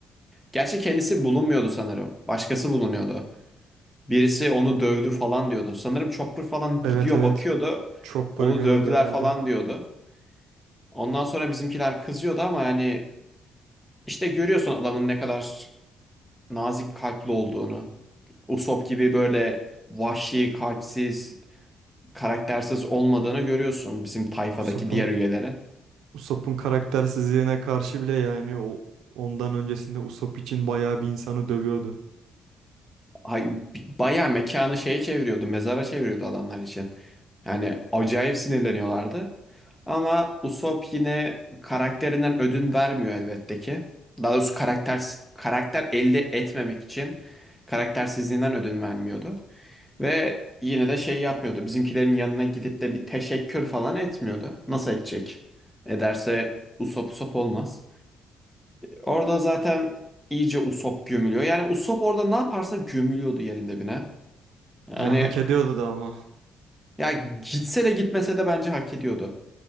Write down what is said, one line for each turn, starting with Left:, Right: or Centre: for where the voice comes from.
Centre: gerçi kendisi bulunmuyordu sanırım. Başkası bulunuyordu. Birisi onu dövdü falan diyordu. Sanırım Chopper falan gidiyor
Right: Evet evet.
Centre: bakıyordu.
Right: Chopper'ı
Centre: Onu
Right: görüyordu
Centre: dövdüler
Right: herhalde.
Centre: falan diyordu. Ondan sonra bizimkiler kızıyordu ama yani işte görüyorsun adamın ne kadar nazik kalpli olduğunu. Usopp gibi böyle vahşi, kalpsiz, karaktersiz olmadığını görüyorsun bizim tayfadaki
Right: Usopp'un
Centre: diğer üyelerin.
Right: Usopp'un karaktersizliğine karşı bile yani o ondan öncesinde Usopp için bayağı bir insanı dövüyordu.
Centre: Ay, bayağı mekanı şeye çeviriyordu, mezara çeviriyordu adamlar için. Yani acayip sinirleniyorlardı. Ama Usopp yine karakterinden ödün vermiyor elbette ki. Daha doğrusu karakter, karakter elde etmemek için karaktersizliğinden ödün vermiyordu. Ve yine de şey yapmıyordu. Bizimkilerin yanına gidip de bir teşekkür falan etmiyordu. Nasıl edecek? Ederse Usop Usop olmaz. Orada zaten iyice Usop gömülüyor. Yani Usop orada ne yaparsa gömülüyordu yerinde bine. Hani
Right: Ya hak ediyordu da ama.
Centre: ya gitse de gitmese de bence hak ediyordu.